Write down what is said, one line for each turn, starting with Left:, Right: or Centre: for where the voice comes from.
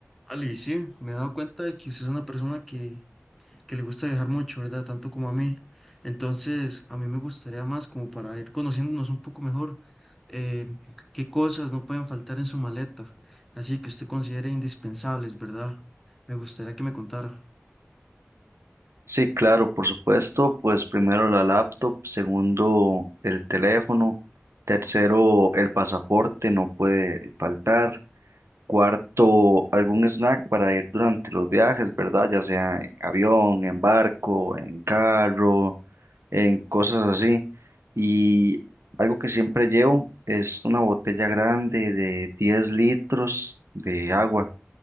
Centre: Ali, sí, me he dado cuenta de que usted es una persona que, que le gusta viajar mucho, ¿verdad? Tanto como a mí. Entonces, a mí me gustaría más como para ir conociéndonos un poco mejor, eh, qué cosas no pueden faltar en su maleta, así que usted considere indispensables, ¿verdad? Me gustaría que me contara.
Right: Sí, claro, por supuesto, pues primero la laptop, segundo el teléfono, tercero el pasaporte, no puede faltar, cuarto algún snack para ir durante los viajes, ¿verdad? Ya sea en avión, en barco, en carro, en cosas así. Y algo que siempre llevo es una botella grande de 10 litros de agua.